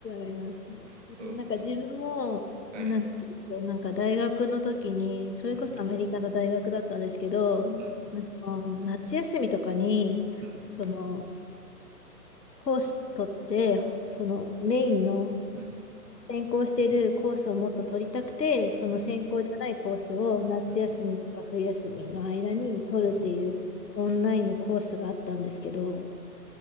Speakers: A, on the left; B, on the right.
A: ります。
B: そうそう。
A: なんか自分も、
B: はい。
A: なんていうんでしょう、なんか大学の時に、それこそアメリカの大学だったんですけど、
B: うん、
A: なその夏休みとかに、
B: うん、うん、うん、
A: その、コース取って、ほそのメインの
B: うん、
A: 専攻してるコースをもっと取りたくて、その専攻じゃないコースを夏休みとか冬休みの間に取るっていうオンラインのコースがあったんですけど、
B: うん、うん、うん、